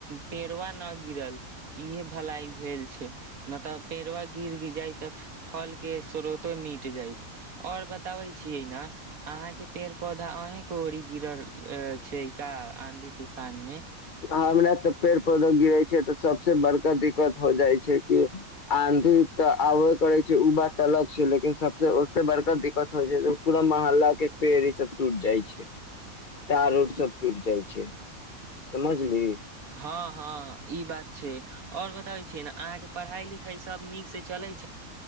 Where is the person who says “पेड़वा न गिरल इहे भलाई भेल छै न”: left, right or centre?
Right